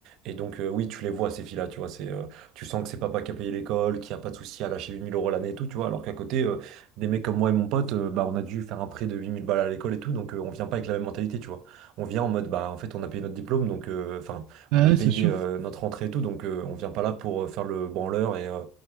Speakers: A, on the right; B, on the right.
A: Et donc, euh, oui, tu les vois, ces filles-là, tu vois, c'est, euh, tu sens que c'est papa qui a payé l'école, qui a pas de souci à lâcher 8000 euros l'année et tout, tu vois, alors qu'à côté, euh, des mecs comme moi et mon pote, euh, bah, on a dû faire un prêt de 8000 balles à l'école et tout, donc, euh, on vient pas avec la même mentalité, tu vois. On vient en mode, bah, en fait, on a payé notre diplôme, donc, euh, enfin,
B: ouais
A: on a payé
B: c'est sûr.
A: euh, notre entrée et tout, donc, euh, on vient pas là pour euh, faire le branleur et, euh,